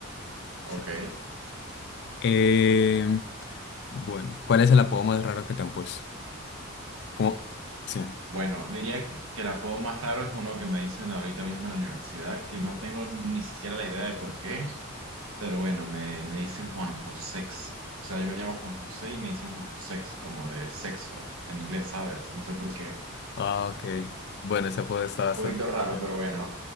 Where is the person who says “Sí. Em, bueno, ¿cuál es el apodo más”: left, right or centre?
Left